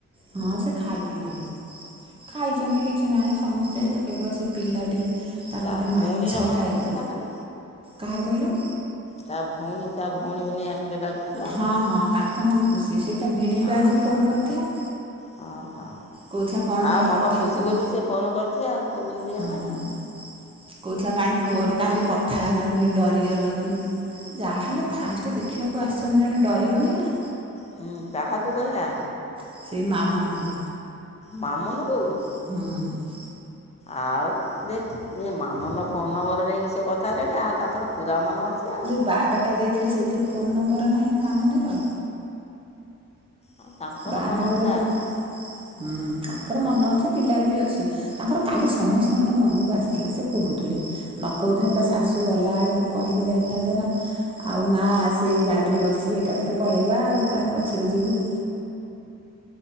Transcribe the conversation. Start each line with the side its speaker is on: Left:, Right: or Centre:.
Right: ହଁ ସେ ଖାଇକି ଗଲେ। ଖାଇଛନ୍ତି କିଛି ନାହିଁ ସମସ୍ତେ କେବଳ ସେ ପିଲାଟି ତାର
Left: ତା
Right: ବଧେ
Left: ଭଉଣୀର
Right: ମାଛ
Left: ମନ
Right: ଖାଇଏନି
Left: ଖୁସି ନା କାଲି
Right: କାହାର କହିଲ।
Left: ତା ଭଉଣୀ ତା ଭଉଣୀ ଭିଣେଇ ଆସିଲେ ପାଖକୁ
Right: ହଁ ହଁ ତାଙ୍କ ମନ ଖୁସି ସେ ଭିଣେଇବା
Left: ନା
Right: ଆଜି
Left: ତ
Right: ଫୋନ କରିଥିଲା
Left: ହଁ ହଁ
Right: କହୁଥିଲା କଣ
Left: ତା
Right: ପାଇଁ
Left: ମନ
Right: କଥା
Left: ଖୁସି
Right: କହୁନୁ
Left: ବୋଲିକି ସେ ଫୋନ୍ କରିଛି ଆଉ କୋଡ଼ ଉଦିନ ଯିବା
Right: ହୁଁ
Left: ପାଇଁ ଆଉ।
Right: କହୁଥିଲା କାହିଁ ଫୋନ୍ କାଲି କଥା ହେଲନି ଡରିଗଲ କି? ଯାହାହେଲେ ଫାଷ୍ଟ ଦେଖିବାକୁ ଆସିଛନ୍ତି ଜଣେ ଡରିବନିଁ ନା।
Left: ହୁଁ କାହାକୁ କହିଲା?
Right: ସେଇ ମା ମାନଙ୍କୁ।
Left: ମାମୁନୁକୁ
Right: ହଁ।
Left: ଆଉ ଦେଖ ଇ ମାମୁନୁ ଫୋନ ନମ୍ବର ନେଇକି ସେ କଥା ହେଲେଣି ଆଉ ତାଙ୍କର ପୁରା ମନ ଅଛି ଆଉ।
Right: ବାଟ ଟା ଦେଇ ସେଥିରେ ଫୋନ ନମ୍ବର ନାହିଁ ନା ମାମୁନୀର।
Left: ଆଉ ତାଙ୍କର
Right: ବାଘର
Left: ମନ
Right: ବେଳେ
Left: ପୁରା
Right: ହୁଁ
Left: ଅଛି
Right: ତାଙ୍କର ମନ ଅଛି ପିଲାର ବି ଅଛି। ତାଙ୍କର କାଲି ସମସ୍ତଙ୍କର
Left: ହଁ
Right: ମନକୁ ଆସିଥିଲା ସେ କହୁଥିଲେ ନ କହୁଥିଲେ ତା ଶାଶୁ ଗଲା ବେଳକୁ କହିକି ଯାଇଥାନ୍ତେ ନା ଆଉ ମା ସେଇ ଗାଡିରେ ବସିିକି ଏକାଥରେ ପଳେଇବା ଆଉ କାହିଁ ପଛରେ ଯିବୁ।